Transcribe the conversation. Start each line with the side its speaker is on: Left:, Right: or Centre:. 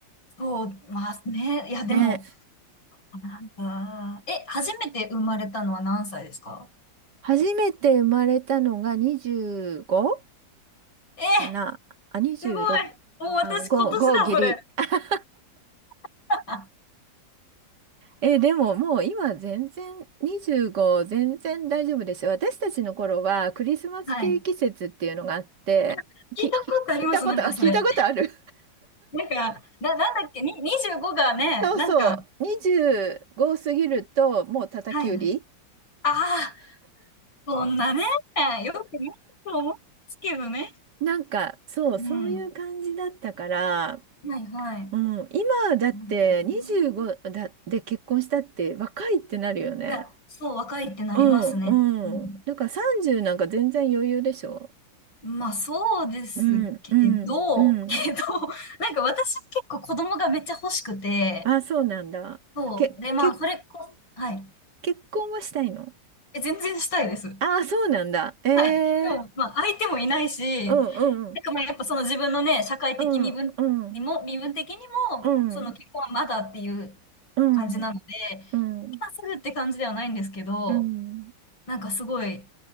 Left: そう、まあね。いや、でも、
Right: ね、
Left: なんか、え、初めて生まれたのは何歳ですか
Right: 初めて生まれたのが 25?
Left: え、
Right: かなあ、26、
Left: すごい。もう私今年だ、
Right: あ、5、5ギリ。
Left: それ。
Right: <laughs>
Left: <laughs>
Right: え、でももう今全然25全然大丈夫ですよ。私たちの頃はクリスマスケーキ節っていうのがあって、
Left: はい。あ聞いたことあります、
Right: き、き、聞いたこと、
Left: なんかそれ。
Right: あ聞いたことある
Left: なんか、な、なんだっけ、に、25がね、
Right: そうそう、
Left: なんか、
Right: 25過ぎるともう叩き売り
Left: はいはい。ああ、そんなね、よくないと思うんですけどね。
Right: なんかそう、
Left: うん。
Right: そういう感じだったから、
Left: はいはい。
Right: うん、今だって25だで結婚したって若いってなるよね。
Left: なるほどな。いや、そう、若いってなりますね。
Right: うんうん。
Left: うん。
Right: だから30なんか全然余裕でしょ。
Left: まあ、そうですけど、
Right: うんうんうん。
Left: けど、なんか私結構子供がめっちゃ欲しくて、
Right: あ、そうなんだ。
Left: そう。
Right: け、
Left: で、まあ、
Right: け、
Left: それこ、はい。
Right: 結婚はしたいの
Left: え、全然したいです。
Right: あ、そうなんだ。ええ
Left: はい。でも、まあ、相手もいないし、
Right: うんうん
Left: なんかまあ、やっぱその自分のね、社会的身分にも、
Right: うんうん
Left: 身分的にも、
Right: うん
Left: その結婚はまだっていう
Right: うん
Left: 感じなので、
Right: うん。
Left: 今すぐって感じではないんですけど、
Right: うん。
Left: なんかすごい、